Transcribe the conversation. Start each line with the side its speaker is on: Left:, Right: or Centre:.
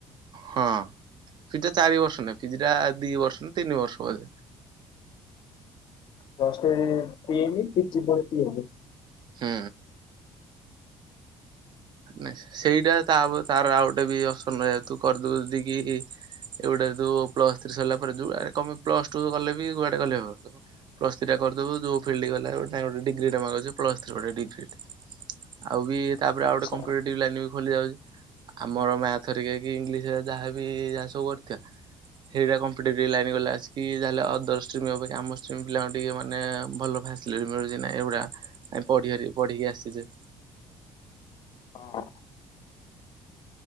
Right: ହଁ ପିଜି ଚାରି ବର୍ଷ ନାଇ ପିଜିଟା ଦି ବର୍ଷ ନା ତିନି ବର୍ଷ ବୋଧେ
Left: ପ୍ଳସ୍ ଥ୍ରୀ ତିନି ପିଜି ପୁଣି ତିନି
Right: ହୁଁ। ନାଇ ସେଇଟା ତା ତାର ଆଉ ଗୋଟେ ବି ଅପସନ୍ ଜେହେତୁ କରିଦେଉଛି କି? ଏଗୁଡା ଯୋଉ ପ୍ଲସ ଥ୍ରୀ ସରିଲା ପରେ କମ ପ୍ଲସ ଟୁ କଲେ ବି କୁଆଡେ କଲେ ହବ? ପ୍ଲସ ଥ୍ରୀ ଟା କରିଦବୁ ଯୋଉ ଫିଲ୍ଡ ଗଲେ ଡିଗ୍ରୀ ଟାଏ ମାଗୁଛି ପ୍ଲସ୍ ଥ୍ରୀ ଗୋଟ ଡିଗ୍ରୀ ଟାଏ। ଆଉ ବି ତାପରେ
Left: ଆଚ୍ଛା।
Right: ଆଉ ଗୋଟେ କମ୍ପଲିଟ। ଲାଇନ୍ ବି ଖୋଲି ଯାଉଛି ଆମର ମ୍ୟାଥ ଘରିକା କି ଇଂଲିଶ ଘରିକା ଯାହାବି ଯାହା ସବୁ କରିଥିବା ସେଇଟା କମ୍ପିଟେଟିଭ୍ ଲାଇନ୍ ଗଲେ ଆସିକି ତାହେଲେ ଅଦର ଷ୍ଟିମମ୍ ଅପେକ୍ଷା ଆମଷ୍ଟ୍ରିମ ପିଲାଙ୍କୁ ଟିକେ ମାନେ ଭଲ ଫାସି ଲିଟି ମିଳିପାରୁଛି ନା ଏଗୁଡ଼ାକ ଆମେ ପଢିଆ ନି ପଢିକି ଆସିଛେ?
Left: ହଁ।